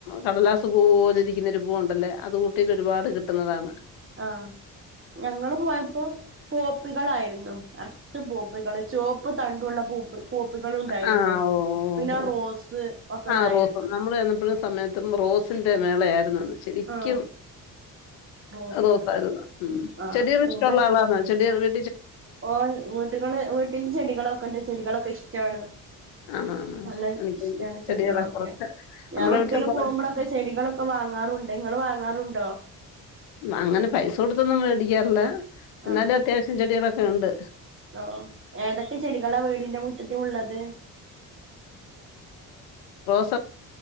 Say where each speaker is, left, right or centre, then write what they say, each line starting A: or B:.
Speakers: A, on the left; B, on the right.
A: കടലാസ് പൂ പോല ഇരിക്കുന്നൊരു പൂവുണ്ടല്ലെ അത് ഊട്ടിൽ ഒരുപാട് കിട്ട്ന്നതാന്ന്
B: ആഹ് ഞങ്ങള് പോയപ്പോ പോപ്പികളായിരുന്നു നർച്ച് പോപ്പികള് ചോ പ്പ് തണ്ടുള്ള പൂപ്പ് പോപ്പികളുണ്ടായിരുന്നു
A: ആഹ് ഓ
B: പിന്ന
A: ഓ ഓ
B: റോസ് ഒക്കെ
A: ആഹ്
B: ഉണ്ടായിരുന്നു
A: റോസ് നമ്മള് ചെന്നപ്പഴും സമയത്തും റോസിന്റെ മേളയാരുന്നന്ന് ശെരിക്കും
B: ആഹ് റോസ്
A: നോക്കാരുന്ന് ഉം
B: ആഹ്
A: ചെടികൾ
B: പിന്നെ
A: ഇഷ്ടൊള്ള ആളാന്നാ ചെടിയ വി
B: ഓ വീട്ടുകള് വീട്ടിലിൽ ചെടികളൊക്കെ ഉണ്ട് ചെടികളൊക്കെ ഇഷ് ക്കാണ്
A: ആണോ ആണോ
B: നല്ല
A: എനിക്ക്
B: ഇഷ്ടാണ് ചെടികളൊക്കെ
A: ചെടികളെ കുറച്ച്
B: ഞാൻ
A: നമ്മുടെ
B: എവിട്ക്കെലും
A: വീട്ടിലും കുറെ
B: പോകുമ്പളൊക്കെ ചെടികളൊക്കെ വാങ്ങാറുണ്ട് നിങ്ങൾ വാങ്ങാറുണ്ടോ
A: അങ്ങനെ പൈസ കൊടുത്തൊന്നും <unintelligible> ന്നാലും
B: ആഹ്
A: അത്യാവശ്യം ചെടി ണ്ട്
B: ഓ ഏതൊക്കെ ചെടികളാ വീടിന്റെ മുറ്റത്തള്ളത്
A: പാ